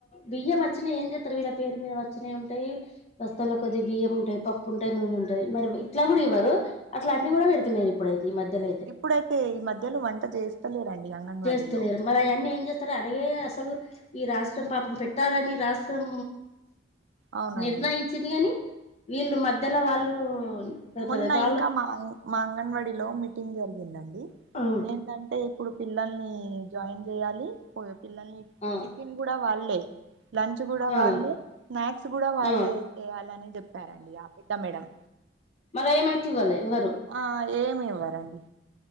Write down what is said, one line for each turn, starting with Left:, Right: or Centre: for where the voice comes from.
Left: బియ్యం అచ్చినా ఏం చెప్తరు వీళ్ళ పేరు మీద వచ్చినయంటే బస్తాల కొద్ది బియ్యముంటాయి పప్పుంటాయి నూనె ఉంటాయి మరి ఇట్లా గూడ
Right: అవును.
Left: ఇవ్వరు అట్లంటివి గూడా పెడతలేరు ఇప్పుడైతే ఈ మధ్యలో అయితే
Right: ఇప్పుడైతే ఈ మధ్యలో వంట చేస్తలేరండి అంగన్వాడీలో
Left: చేస్తలేరు మరి అయన్ని ఏం చేస్తారు అడిగే అసలు ఈ రాష్ట్రం పాపం పెట్టాలని రాష్ట్రం
Right: అవునండి.
Left: నిర్ణయించింది గని వీళ్ళు మధ్యలో వాళ్ళు పెడతారు
Right: మొన్న
Left: వాళ్ళు
Right: ఇంకా మా మా అంగన్వాడీలో మీటింగ్ జరిగిందండి
Left: ఆ
Right: ఏంటంటే ఇప్పుడు పిల్లల్ని జాయిన్ జెయ్యాలి పో పిల్లల్ని
Left: ఆ
Right: గుడా వాళ్ళే లంచ్ గూడా
Left: ఆ
Right: వాళ్ళే స్నాక్స్ గూడా వాళ్ళే
Left: ఆ
Right: చేయాలని జెప్పారండి ఆ పెద్ద మేడం
Left: మరేమైత్యుగలే ఎవరు
Right: ఆ ఏమి ఇవ్వరండి